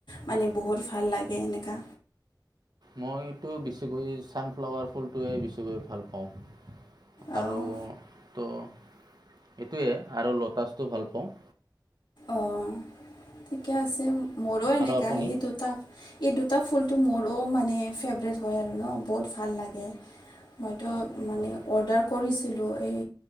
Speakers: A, on the left; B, on the right.
A: মানে বহুত ভাল লাগে এনেকুৱা
B: মইতো বেছিকৈ ছানফ্লাৱাৰ ফুলটোৱে বেছিকৈ ভাল পাওঁ।
A: অঁ
B: আৰু ত' এইটোৱে আৰু লোটাছটো ভাল পাওঁ।
A: অ', ঠিকে আছে মোৰো এনেকুৱা
B: আৰু আপুনি
A: ই দুটা এই দুটা ফুলটো মোৰো মানে ফেভৰেট হয় আৰু ন বহুত ভাল লাগে। মইতো মানে
B: হয়
A: অৰ্ডাৰ কৰিছিলোঁ এই